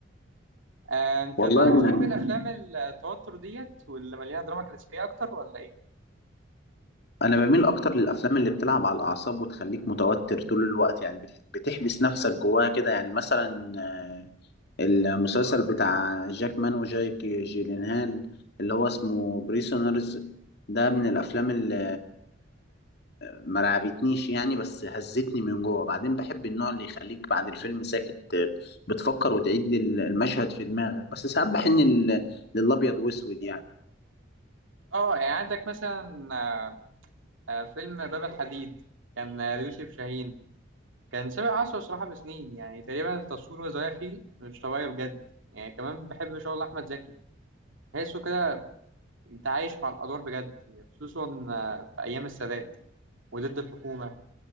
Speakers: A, on the right; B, on the left.
A: آه، أنت
B: والله
A: بقى بتحب
B: يعني
A: الأفلام التوتر ديت واللي مليانة دراما كلاسيكية أكتر ولا إيه؟
B: أنا بميل أكتر للأفلام اللي بتلعب على الأعصاب وتخليك متوتر طول الوقت يعني بتح- بتحبس نفسك جواها كده يعني مثلا المسلسل بتاع جاك مان وجايك جيلينهال اللي هو اسمه بريسونرز ده من الافلام اللي ما رعبتنيش يعني بس هزتني من جوه بعدين بحب النوع اللي يخليك بعد الفيلم ساكت بتفكر وتعيد المشهد في دماغك بس ساعات بحن لل- للابيض واسود
A: اه يعني عندك مثلا آه، آه، فيلم باب الحديد كان آه، ليوسف شاهين كان سابق عصره صراحة بسنين يعني تقريبا التصوير وهو صغير فيه مش طبيعي بجد يعني كمان بحب شغل أحمد زكي تحسه كده أنت عايش مع الأدوار بجد يعني خصوصا آه، في أيام السادات وضد الحكومة